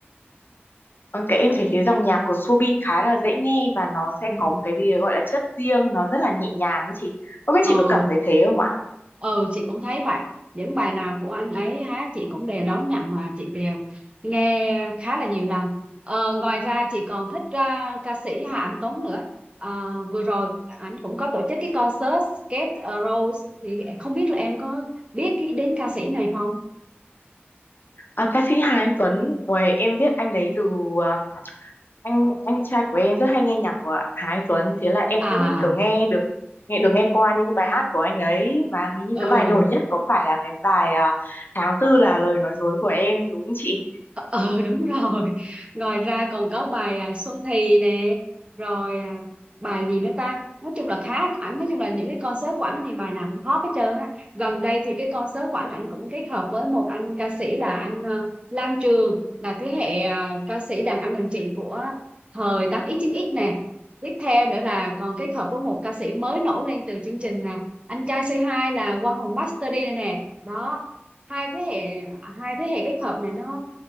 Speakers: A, on the left; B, on the right.
A: Ừ, cái em thấy cái dòng nhạc của Subin khá là dễ nghe và nó sẽ
B: ừ.
A: có một cái gì gọi là chất riêng, nó rất là nhẹ nhàng ấy chị. Không biết
B: ờ
A: chị có cảm thấy thế không ạ?
B: ừ chị cũng thấy vậy những bài nào của anh ấy hát chị cũng đều đón nhận và chị đều nghe khá là nhiều lần ờ, ngoài ra chị còn thích à, ca sĩ Hà Anh Tuấn nữa à, vừa rồi anh cũng có tổ chức cái concert Get a Rose thì không biết là em có biết cái đến ca sĩ này không
A: À, ca sĩ Hà Anh Tuấn, ôi, em biết anh đấy từ à, anh anh trai của em rất hay nghe nhạc của Hà Anh Tuấn, thế là em
B: à
A: cũng kiểu nghe được nghe được nghe qua những cái bài hát của anh ấy và hình như
B: ừ
A: cái bài nổi nhất có phải là cái bài à, tháng tư là lời nói dối của em đúng không chị?
B: <laughs> ờ đúng rồi ngoài ra còn có bài à, Xuân Thì nè rồi à, bài gì nữa ta nói chung là khá ảnh nói chung là những cái concert của ảnh thì bài nào cũng hot hết trơn á gần đây thì cái concert của ảnh ảnh cũng kết hợp với một anh ca sĩ là anh ờ, Lam Trường là thế hệ à, ca sĩ đàn anh đàn chị của thời tám x chín x nè tiếp theo nữa là còn kết hợp với một ca sĩ mới nổi lên từ chương trình à, anh trai C2 là Quang Hùng Master đi nè đó hai thế hệ hai thế hệ kết hợp này nó